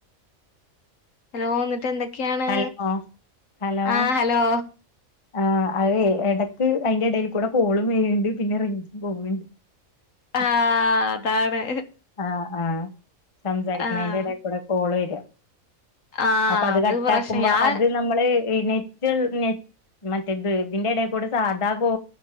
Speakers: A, on the left; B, on the left.
A: ഹലോ ന്നിട്ട് എന്തൊക്കെയാണ്.
B: ഹലോ ഹലോ
A: ആ ഹലോ?
B: ആ അയെ എടക്ക് അയിന്റെ എടേൽ കൂടെ കോളും വരുണ്ട് പിന്നെ റെഞ്ചും പോവണ്ട്. <inaudible>
A: ആഹ് അതാണ്.
B: അ ആഹ് സംസാരിക്കണീന്റെ
A: ആഹ്
B: എടക്കൂടെ കോള് വര.
A: ആഹ്
B: അപ്പൊ അത് കട്ടാക്കുമ്പോ
A: പ്രശ്നം ഞാൻ
B: അത് നമ്മള് ഈ നെറ്റ്ൾ നെറ്റ് മറ്റേത് ഇതിന്റെ എടെക്കൂടെ സാധാകോ